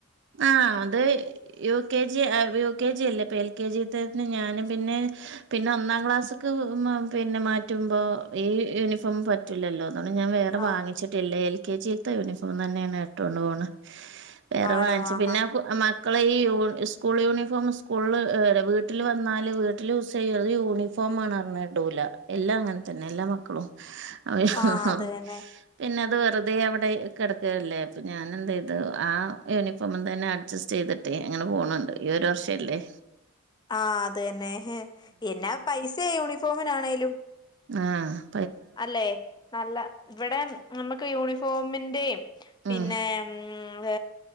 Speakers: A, on the right; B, on the left.
A: ആഹ അത് U K G U K G അല്ലേ ഇപ്പ എൽ കെ ജി ഞാനും പിന്നെ പിന്നെ ഒന്നാം ക്ലാസ് പിന്നെ മാറ്റുമ്പോ ഈ യൂണിഫോം പറ്റില്ലല്ലോ അതുകൊണ്ട് ഞാൻ വേറെ
B: ആഹ്
A: വാങ്ങിച്ചിട്ടില്ലേ എൽ കെ ജിയിലത്തെ യൂണഫോം തന്നെയാണ് ഇട്ടുകൊണ്ട് പോകണ് വേറെ
B: ആണോ
A: വാങ്ങിച്ചു
B: ആഹാ
A: പിന്നെ മക്കളെ ഈ യൂ സ്കൂൾ യൂണിഫോം സ്കൂളിൽ വീട്ടിൽ വന്നാല് വീട്ടിൽ യൂസ് ചെയ്യത് യൂണിഫോം പ്പമാ പറഞ്ഞ ഡൂല എല്ലാം അങ്ങനെ തന്നെ എല്ലാ മക്കളും അ <unintelligible>
B: ആഹ് അത് തന്നെ
A: പിന്നെ അത് വെറുതെ അവിടെ കിടക്കല്ലേ അപ്പ ഞാൻ എന്ത് ചെയതു ആ യൂ ഇപ്പ്തന്നെ അഡ്ജസ്റ്റ് ചെയ്തിട്ടേ അങ്ങനെ പോണണ്ട് ഈ ഒരു വർഷംല്ലേ
B: ആ അത് തന്നെ എന്നാ പൈസയാ യൂണിഫോമിനാണേലും
A: ആ
B: അല്ലേ നല്ല ഇവിടെ നമക്ക് യൂണിഫോമിന്റെയും പിന്നെ
A: ഉം
B: ഉ